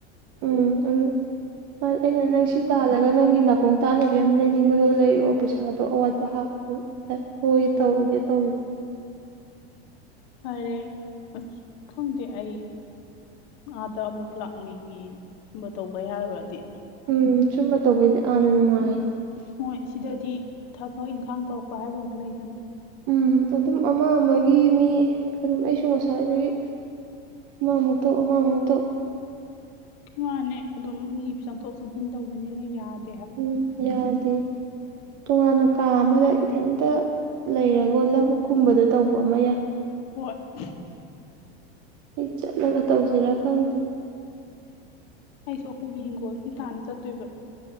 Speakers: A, on the right; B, on the left.
A: ꯎꯝ ꯑꯗꯨ ꯑꯥ ꯑꯩꯅ ꯅꯪꯁꯤ ꯇꯥꯜꯂꯒ ꯅꯪꯒꯤ ꯅꯥꯀꯣꯡ ꯇꯥꯅꯕꯤ ꯑꯃ ꯂꯩꯅꯤꯡꯕꯗꯣ ꯂꯩꯔꯣ ꯄꯩꯁꯥꯗꯣ ꯑꯋꯥꯠꯄ ꯍꯥꯞꯄꯣ꯫ ꯍꯣꯏ ꯇꯧꯔꯒꯦ ꯇꯧꯒꯤ꯫
B: ꯐꯔꯦ ꯑꯁ ꯈꯪꯗꯦ ꯑꯩ꯫ ꯑꯥꯗ ꯑꯃꯨꯛ ꯂꯥꯛꯅꯤꯡꯉꯦ ꯁꯨꯝꯕ ꯇꯧꯕꯩ ꯍꯥꯏꯔꯨꯔꯗꯤ꯫
A: ꯎꯝ ꯁꯨꯝꯕ ꯇꯧꯕꯩꯗꯤ ꯑꯥꯅ ꯅꯨꯡꯉꯥꯏꯌꯦ꯫
B: ꯍꯣꯏ ꯁꯤꯗꯗꯤ ꯊꯕꯛ ꯏꯪꯈꯥꯡ ꯇꯧꯔꯛꯄ ꯍꯥꯏꯕ ꯑꯃꯁꯨ ꯂꯩꯗꯅ꯫
A: ꯎꯝ ꯑꯗꯨꯝ ꯑꯃ ꯑꯃꯒꯤ ꯃꯤ ꯑꯗꯨꯝ ꯑꯩꯁꯨ ꯉꯁꯥꯏꯗꯒꯤ ꯑꯃ ꯑꯃꯨꯛ ꯇꯧ ꯑꯃ ꯑꯃꯨꯛ ꯇꯧ
B: ꯃꯥꯅꯦ ꯑꯗꯨꯝ ꯃꯤ ꯆꯪꯊꯣꯛ ꯆꯪꯁꯤꯟ ꯇꯧꯕꯅꯤꯅ ꯌꯥꯗ
A: ꯎꯝ ꯌꯥꯗꯦ ꯇꯣꯉꯥꯟꯅ ꯀꯥ ꯑꯃꯗ ꯏꯊꯟꯇ ꯂꯩꯔꯒ
B: ꯎꯝ
A: ꯂꯕꯨꯛ ꯀꯨꯝꯕꯗ ꯇꯧꯕ ꯑꯃ ꯌꯥꯏ
B: ꯍꯣꯏ <unintelligible>
A: ꯑꯩ ꯆꯠꯂꯒ ꯇꯧꯁꯤꯔꯥ ꯈꯪꯗꯦ
B: ꯑꯩꯁꯨ ꯑꯈꯣꯏꯒꯤ ꯍꯤꯡꯒꯣꯜꯁꯤ ꯇꯥꯟꯅ ꯆꯠꯇꯣꯏꯕ